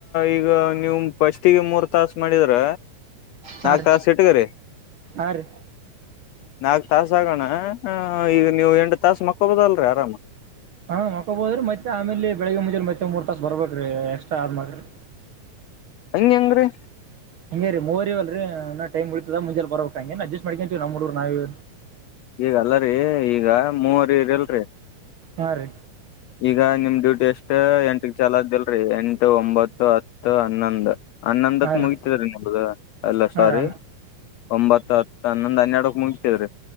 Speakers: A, on the left (about 85°); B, on the right (about 60°).
A: ಈಗ ನೀವ ಫಸ್ಟಿಗೆ ಮೂರ್ ತಾಸ ಮಾಡಿದ್ರ
B: ಹಾ
A: ನಾಕ್
B: ರೀ
A: ತಾಸ ಇಟ್ಟಗರಿ
B: ಹಾ ರೀ.
A: ನಾಕ್ ತಾಸ ಆಗಣ ಈಗ ನೀವ ಎಂಟ ತಾಸ ಮಕ್ಕೊಬದಲ್ರರಿ ಆರಾಮ.
B: ಹಾ ಮಕೊಬೋದ್ರೀ ಮತ್ತೆ ಆಮೇಲ ಬೆಳಗ್ಗೆ ಮುಂಜಲಿ ಮತ್ತೆ ಮೂರ್ ತಾಸ್ ಬರ್ಬೇಕರೀ ಎಕ್ಸ್ಟ್ರಾ ಆದ್ಮಾಗ್ರರಿ
A: ಹಂಗ್ಯಾಗ್ರಿ
B: ಹಂಗ ರೀ ಮೂವರ ಇವಲ್ರಿ ನಾ ಟೈಮ್ ಉಳಿತದ ಮುಂಜೆ ಬರಬೇಕ ಹಂಗ ಅಡ್ಜಸ್ ಮಾಡಕಂತೀ ನ್ರ ನಾವೀ
A: ಈಗಲ್ಲರಿ ಈಗ ಮೂವರ ಇರಿ ಇಲ್ರಿ
B: ಹಾ ರೀ.
A: ಈಗ ನಿಮ್ ಡ್ಯೂಟಿ ಅಷ್ಟ ಎಂಟ ಚಲ ಆತಲ್ರಿ ಎಂಟು ಒಂಬತ್ತು ಹತ್ತು ಹನ್ನೊಂದ ಹನ್ನೊಂದಕ
B: ಹಾ ರೀ
A: ಮುಗತಿದ್ರ ನಿಮ್ದ ಅಲ್ಲ ಸಾರಿ
B: ಹಾ ರೀ
A: ಒಂಬತ್ತ ಹತ್ತು ಹನ್ನೊಂದ ಹನ್ನೆರಡಕ ಮುಗತದ್ರೀ.